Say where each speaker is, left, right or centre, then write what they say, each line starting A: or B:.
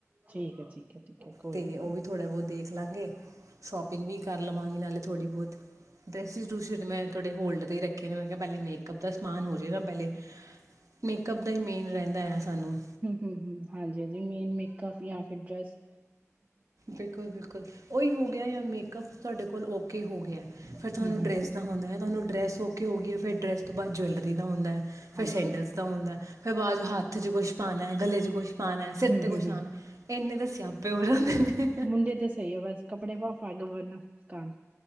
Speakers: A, on the right (about 30°); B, on the right (about 80°).
A: ਠੀਕ ਹੈ ਠੀਕ ਹੈ ਠੀਕ ਹੈ ਕੋਈ
B: ਤੇ
A: ਨੀ
B: ਓ ਵੀ ਥੋੜਾ ਬੋਤ ਦੇਖ ਲਾਂਗੇ ਸ਼ੋਪਿੰਗ ਵੀ ਕਰ ਲਵਾਂਗੇ ਨਾਲੇ ਥੋੜ੍ਹੀ ਬੋਤ। ਡਰੈਸਿਸ ਡਰੂਸਿਟ ਮੈਂ ਥੋੜ੍ਹੇ ਹੋਲਡ ਤੇ ਈ ਰੱਖੇ ਨੇ ਮੈਂ ਕਿਆ ਪੈਲੇ ਮੇਕਅੱਪ ਦਾ ਸਮਾਨ ਹੋ ਜੇਗਾ ਪੈਲੇ। ਮੇਕਅੱਪ ਦਾ ਈ ਮੇਨ ਰੈਂਦਾ ਆ ਸਾਨੂੰ।
A: ਹੂੰ ਹੂੰ ਹੂੰ ਹਾਂਜੀ-ਹਾਂਜੀ ਮੇਨ ਮੇਕਅਪ ਯਾ ਫਿਰ ਡਰੈੱਸ।
B: ਬਿਲਕੁਲ-ਬਿਲਕੁਲ ਓਈ ਹੋ ਗਿਆ ਯਾ ਮੇਕਅਪ ਤੁਆਡੇ ਕੋਲ ਓਕੇ ਹੋ ਗਿਆ। ਫਿਰ
A: ਹੂੰ
B: ਤੁਆਨੂੰ
A: ਹੂੰ
B: ਡਰੈਸ ਦਾ ਹੁੰਦਾ ਐ ਤੁਆਨੂੰ ਡਰੈਸ ਓਕੇ ਹੋ ਗਈ ਏ ਫਿਰ ਡਰੈਸ ਤੋਂ ਬਾਦ ਜੁਐਲਰੀ ਦਾ ਹੁੰਦੈ।
A: ਹਾਂਜੀ
B: ਫੇਰ ਸੈਂਡਲਸ
A: ਹੂੰ
B: ਦਾ ਹੁੰਦਾ ਫੇਰ ਬਾਦ ਚ ਹੱਥ ਚ ਕੁਛ ਪਾਨਾ ਐ, ਗਲੇ ਚ ਕੁੱਛ ਪਾਨਾ, ਸਿਰ ਤੇ
A: ਹੂੰ
B: ਕੁਛ ਲਾਨਾ
A: ਹੂੰ
B: ਇੰਨੇ ਤਾਂ ਸਿਆਪੇ ਹੋਰ ਉਂਦੇ ਨੇ।
A: ਮੁੁੰਡੇ ਤੇ ਸਈ ਆ ਬਸ ਕੱਪੜੇ ਪਾਓ ਪਗ ਬੰਨੋ। ਕਣ